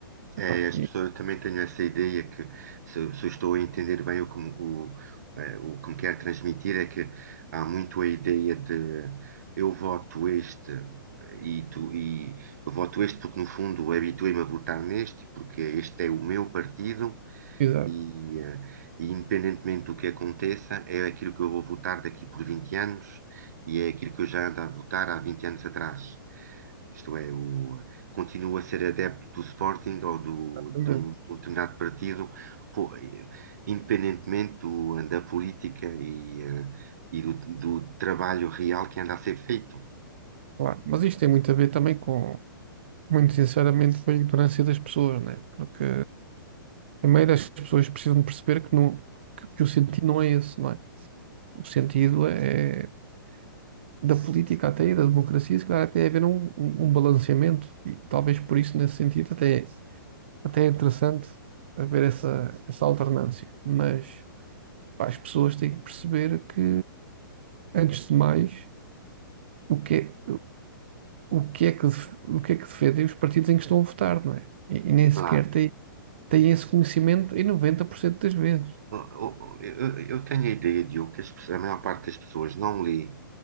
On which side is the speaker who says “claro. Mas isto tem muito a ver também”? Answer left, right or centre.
Right